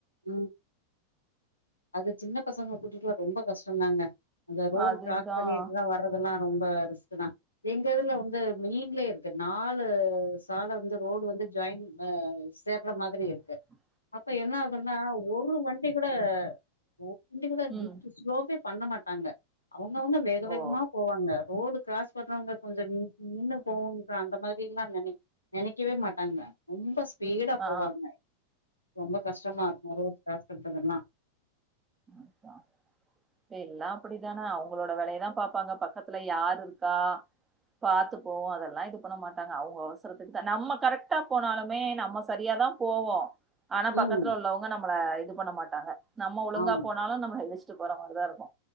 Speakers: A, on the left; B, on the right.
A: உம் அது சின்ன பசங்க கூட்டுட்டு ரொம்ப கஷ்டந்தாங்க அந்த ரோடு
B: அதுதான்
A: கிராஸ் பண்ணிட்டுதா வ ரதுலா ரொம்ப ரிஸ்க்கு தா எங்கதுல வந்து மெயின்லயே இருக்கு நாலு சால வந்து ரோடு வந்து ஜாயின் ஹ சேர்ற மாதிரி இருக்கு
B: ம்
A: அப்ப என்ன ஆகுன்னா ஒரு வண்டி கூட ஓண்ணு கூட
B: ம்
A: ஸ்லோவே பண்ண மாட்டாங்க அவுங்கவுங்க வேக
B: ஓ
A: வேகமா போவாங்க ரோடு கிராஸ் பண்றவங்க கொஞ்ச நின் நின்னு போவும்ங்க அந்த மாரிலா நெனை நெனைக்கவே மாட்டாங்க ரொம்ப ஸ்பீடா
B: ஆ
A: போவாங்க ரொம்ப கஷ்டமா இருக்கு ரோடு கராஸ் பன்றதல்லா
B: ப்பா எல்லா அப்டித்தானே அவுங்ளோட வேலையதா பாப்பாங்க பக்கத்துல யாரு இருக்கா பாத்துப்போவோ அதெல்லா இது பண்ண மாட்டாங்க அவுங்க அவசரத்துக்கு தா நம்ம கரெக்ட்டா போனாலுமே நம்ம சரியாதா போவோ ஆனா பக்கத்துல
A: ம்
B: உள்ளவங்க நம்மள இது பண்ண மாட்டாங்க நம்ம ஒழுங்கா
A: ஆமா
B: போனாலு நம்ம போற மாரிதா இருக்கு